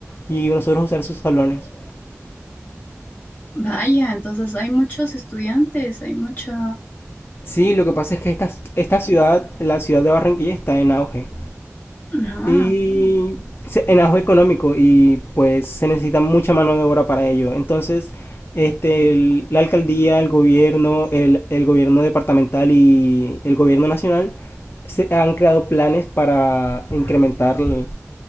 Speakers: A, on the left; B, on the left.
A: y nosotros usar sus salones.
B: Vaya, entonces hay muchos estudiantes, hay mucha...
A: Sí, lo que pasa es que esta, esta ciudad, la ciudad de Barranquilla, está en auge.
B: Ah,
A: Y se- en auge económico y pues se necesita mucha mano de obra para ello. Entonces, este, el- la alcaldía, el gobierno, el, el gobierno departamental y el gobierno nacional se han creado planes para incrementar l-